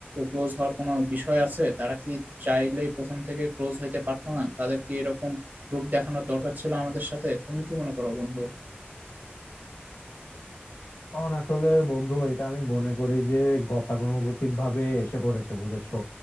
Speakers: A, on the right (about 45°); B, on the left (about 75°).
A: ক্লোজ হওয়ার কোনো বিষয় আছে তারা কি চাইলেই প্রথম থেকে ক্লোজ হইতে পারতো না তাদের কি এরকম রূপ দেখানোর দরকার ছিল আমাদের সাথে তুমি কি মনে করো বন্ধু
B: কারণ আসলে বন্ধু এটা আমি মনে করি যে গতানুগতিক ভাবে এসে পড়েছে বুঝেছো